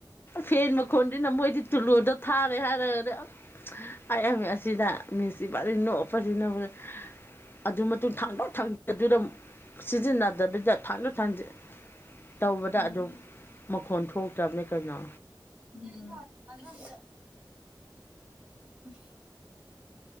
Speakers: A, on the left; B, on the right.
A: ꯐꯦ ꯃꯈꯣꯟꯗꯨꯅ ꯃꯣꯏꯗꯤ ꯇꯣꯂꯨꯗꯣ ꯊꯥꯔꯦ ꯍꯥꯏꯔꯒ ꯑꯥ ꯑꯁꯤꯗ ꯃꯤꯡ ꯏꯕꯥꯅꯤ ꯅꯣꯛꯄꯁꯤ ꯅꯣꯛꯄꯁꯤ ꯑꯗꯨ ꯃꯇꯨꯡ ꯊꯥꯡꯗꯣꯛ ꯊꯥꯡꯖ ꯑꯗꯨꯗ ꯁꯤꯖꯤꯟꯅꯗꯕꯤꯗ ꯊꯥꯡꯗꯣꯛ ꯊꯥꯡꯖꯤꯟ ꯇꯧꯕꯗ
B: ꯎꯝ
A: ꯑꯗꯨꯝ ꯃꯈꯣꯟ ꯊꯣꯛꯇ꯭ꯔꯕꯅꯦ ꯀꯩꯅꯣ
B: ꯎꯝ <unintelligible>